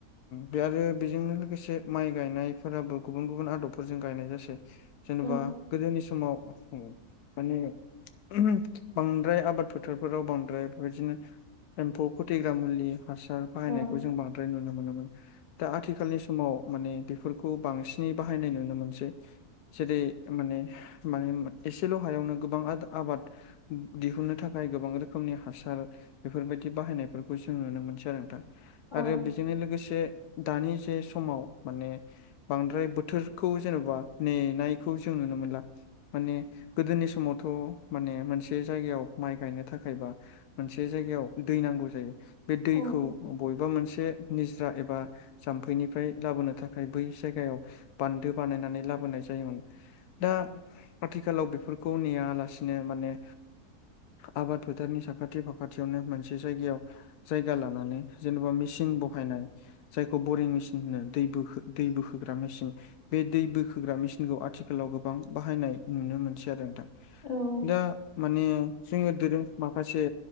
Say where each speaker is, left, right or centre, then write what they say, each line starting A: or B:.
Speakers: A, on the left; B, on the left.
A: बे आरो बेजोंनो लोगोसे माइ गायनायफोराबो गुबुन गुबुन आदबफोरजों गायनाय जासै जेनेबा
B: औ
A: गोदोनि समाव माने ओहोम बांद्राय आबाद फोथारफोराव बांद्राय बेबायदिनो एम्फौ खथैग्रा मुलि हासार बाहायनायखौ
B: औ
A: जों बांद्राय नुनो मोनोमोन। दा आथिखालनि समाव माने बेफोरखौ बांसिनै बाहायनाय नुनो मोनसै। जेरै- माने माने एसेल' हायावनो गोबां आबाद दिहुननो थाखाय गोबां रोखोमनि हासार बेफोरबायदि बाहायनायफोरखौ जों नुनो मोनसै नोंथां
B: औ
A: आरो बेजोंनो लोगोसे दानि जे समाव माने बांद्राय बोथोरखौ जेन'बा नेनायखौ जों नुनो मोनला माने गोदोनि समावथ' माने मोनसे जायगायाव माइ गायनो थाखायबा मोनसे जायगायाव दै नांगौ जायो बे दैखौ
B: औ
A: बबेबा मोनसे निजरा एबा जाम्फैनिफ्राय लाबोनो थाखाय बै जायगायाव बान्दो बानायनानै लाबोनाय जायोमोन दा आथिखालाव बेफोरखौ नेयालासिनो माने आबाद फोथारनि साखाथि फाखाथियावनो मोनसे जायगायाव जायगा लानानै जेन'बा मेसिन बहायनाय जायखौ बरिं मेचिन होनो दै बो दै बोहोग्रा मेसिन बे दै बोखोग्रा मेसिनखौ आथिखालाव गोबां बाहायनाय नुनो मोनसै आरो नोंथां।
B: औ
A: दा माने जोंङो माखासे